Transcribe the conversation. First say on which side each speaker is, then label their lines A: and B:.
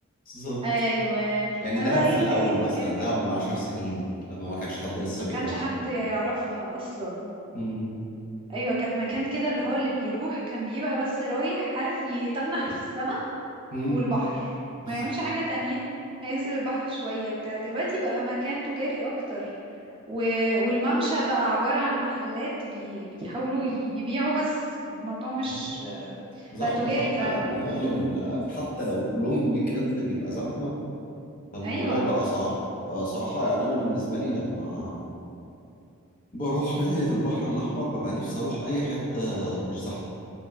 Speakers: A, on the left (about 40°); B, on the right (about 25°).
A: بالظبط
B: ايوه
A: يعني
B: انا
A: دهب
B: بقى
A: في
B: ايه
A: الاول
B: لقيت
A: مثلا
B: مكان كده
A: دهب من عشر سنين لما ما كانش حد لسه
B: ما
A: بيروحها
B: كانش حد يعرفها اصلا
A: مم،
B: ايوه كانت مكان كده اللي هو اللي بيروح كان بيبقى بس رايح عارف يتنح في السما
A: مم،
B: والبحر
A: بالظبط
B: ما يعملش حاجة تانية هينزل البحر شوية بتاع دلوقتي بقى مكان تجاري أكتر و... والممشى بقى عبارة عن محلات بي... بيحاولوا ي- يبيعوا بس الموضوع مش
A: مم. زحمة
B: بقى تجاري
A: زحمة
B: فعلا
A: قوي أغلب
B: م- م-
A: ال...
B: م.
A: حتى لو لونج ويك إند بيبقى زحمة فالموضوع
B: أيوة
A: بقى صعب فصراحة يعني أنا بالنسبة لي لما بروح ناحية البحر الأحمر ببقى نفسي أروح أي حتة مش زحمة